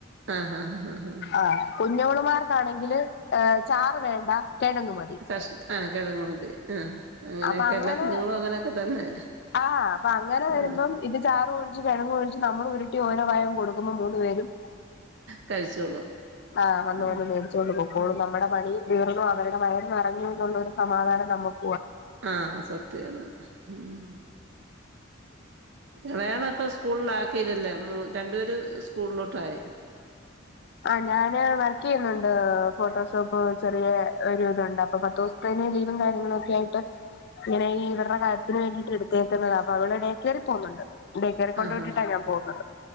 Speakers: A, on the right; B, on the left.
A: ആഹ് ഹാ ഹാ ഹാ ഹാ
B: ആഹ് കുഞ്ഞോളുമാർക്കാണെങ്കില് ഏ ചാറ് വേണ്ട കിഴങ്ങ് മതി
A: ടസ് ആഹ് കെഴങ്ങ്മതി ആഹ് അങ്ങനെയൊക്കെ
B: അപ്പൊ അങ്ങനെ
A: എല്ലാ കുഞ്ഞുങ്ങളും അങ്ങനെയൊക്കെ തന്നെ
B: ആഹ് അപ്പൊ അങ്ങനെ വരുമ്പം
A: ആഹ്
B: ഇത് ചാറ് ഒഴിച്ച് കിഴങ്ങ് ഒഴിച്ച് നമ്മള് ഉരുട്ടി ഓരോ വായം കൊടുക്കുമ്പോ മൂന്ന് പേരും
A: കഴിച്ചോളും
B: ആഹ് വന്ന്
A: ഉം
B: വന്ന് മേടിച്ചുകൊണ്ട് പോക്കോളും
A: ഉം
B: നമ്മുടെ പണി തീർന്നു അവരുടെ വയറ് നറഞ്ഞു ന്നുള്ളൊരു സമാധാനം നമുക്ക്
A: ആഹ് സത്യാണ് ഉം ഇളയാള അപ്പ സ്കൂൾല് ആക്കിയതല്ലേ മൊ രണ്ടു പേര് സ്കൂളിലോട്ടായി
B: ആഹ് ഞാന് വർക്ക് ചെയ്യുന്നുണ്ട് ഫോട്ടോഷോപ്പ് ചെറിയ ഒരു ഇതുണ്ട് അപ്പൊ പത്തൂസൊ കയിഞ്ഞ് ലീവും കാര്യങ്ങളൊ ഒക്കെ ആയിട്ട് ഇങ്ങനെ ഈ ഇവരുടെ കാര്യത്തിന് വേണ്ടിയിട്ട് എടുത്തേക്കുന്നതാ അപ്പൊ അവിടെ ഡേക്കെയറി പോകുന്നുണ്ട് ടെക്കെയറി കൊണ്ട്
A: ആഹ്
B: വിട്ടിട്ടാ
A: ആഹ്
B: ഞാൻ പോകുന്നത്